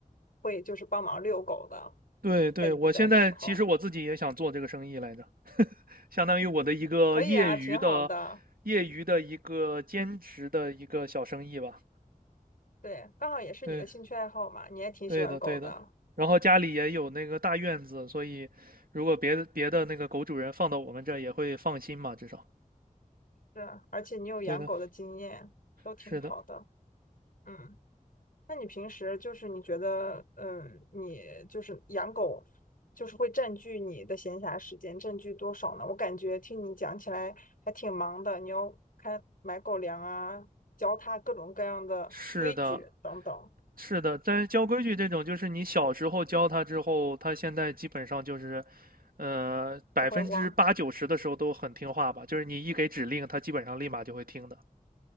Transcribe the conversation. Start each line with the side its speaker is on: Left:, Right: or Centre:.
Left: 会就是帮忙遛狗的，
Right: 对对，
Left: 在你不在的时候，
Right: 我现在其实我自己也想做这个生意来着，相当于我的一个业余的
Left: 可以啊，挺好的。
Right: 业余的一个兼职的一个小生意吧。
Left: 对，刚好也是你的兴趣爱好嘛，
Right: 对。
Left: 你也挺喜欢狗的，
Right: 对的，对的。然后家里也有那个大院子，所以如果别的别的那个狗主人放到我们这儿也会放心嘛，至少。
Left: 是啊，而且你有养狗的经验，
Right: 对的，
Left: 都挺好的。
Right: 是的，
Left: 嗯。那你平时就是你觉得，嗯，你就是养狗，就是会占据你的闲暇时间，占据多少呢？我感觉听你讲起来还挺忙的，你要看买狗粮啊，教它各种各样的规矩等等，
Right: 是的，是的。但是教规矩这种，就是你小时候教它之后，它现在基本上就是，呃，百分之八九十的时候都很听话吧。
Left: 不会忘，
Right: 就是你一给指令，它基本上立马就会听的。